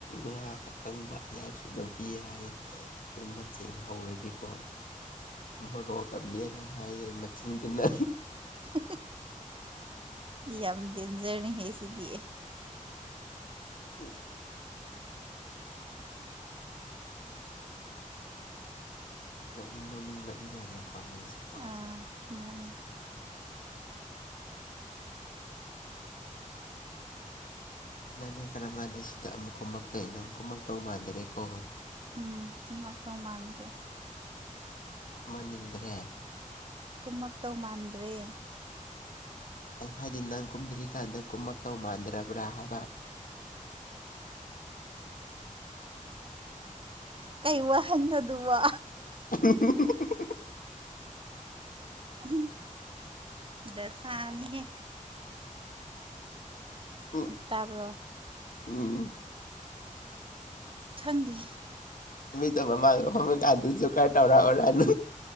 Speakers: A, on the left; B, on the right.
A: ꯉꯥ ꯑꯀꯪꯕ ꯑꯌꯥꯏꯕꯁꯨ ꯑꯗꯨꯝ ꯄꯤ ꯌꯥꯌꯦ ꯑꯗꯨꯝ ꯃꯆ ꯍꯧꯔꯗꯤꯀꯣ ꯃꯣꯔꯣꯛꯀ ꯃꯂꯦ ꯍꯥꯏꯌꯦꯦ ꯃꯆꯤꯟꯒꯤꯅ
B: ꯑ ꯌꯥꯝ ꯗꯦꯟꯖꯔꯅꯤꯍꯦ ꯁꯤꯗꯤꯌꯦ
A: ꯎ ꯅꯣꯛꯅꯤꯡ ꯅꯧꯅꯤꯡꯕꯗꯤ ꯂꯩꯌꯦꯀꯣ ꯃꯤꯁꯨ
B: ꯑ ꯃꯥꯅꯦ
A: ꯅꯅꯦ ꯀꯔꯝ ꯀꯥꯟꯗ ꯁꯤꯗ ꯑꯃꯨꯛ ꯀꯨꯝꯃꯛꯇꯣꯏꯅꯣ ꯀꯨꯝꯃꯛꯇꯧ ꯃꯥꯟꯗꯔꯦꯀꯣ
B: ꯎꯝ ꯊꯨꯝꯂꯛꯇꯧ ꯃꯥꯟꯗ꯭ꯔꯦ
A: ꯃꯅꯤꯡꯗ꯭ꯔꯦ
B: ꯀꯨꯝꯃꯛꯇꯧ ꯃꯥꯟꯗ꯭ꯔꯦ
A: ꯑꯩ ꯍꯥꯏꯗꯤ ꯅꯪ ꯀꯨꯝꯗ꯭ꯔꯤꯀꯥꯟꯗ ꯀꯨꯝꯃꯛꯇꯧ ꯃꯥꯟꯗ꯭ꯔꯕ꯭ꯔꯥ ꯍꯥꯏꯕ
B: ꯀꯩ ꯋꯥꯍꯟꯅꯣ ꯗꯨꯕꯨ
A: ꯎ <unintelligible>
B: ꯎꯝ ꯗꯁꯥꯅꯤꯍꯦ
A: ꯎꯝ
B: ꯇꯥꯕ꯭ꯔꯣ
A: ꯎꯝ
B: ꯈꯪꯗꯦ
A: ꯏꯕꯩꯗ ꯃꯃꯥꯡ ꯃꯃꯩ ꯀꯥꯟꯗꯨꯁꯨ ꯀꯔ ꯇꯧꯔꯛꯑꯣꯔꯥꯅꯨ